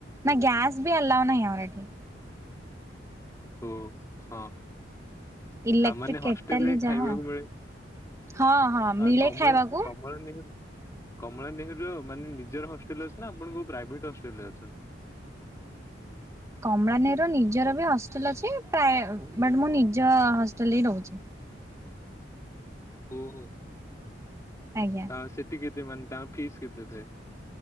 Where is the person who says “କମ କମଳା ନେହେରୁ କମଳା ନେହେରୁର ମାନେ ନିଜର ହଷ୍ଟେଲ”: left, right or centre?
Left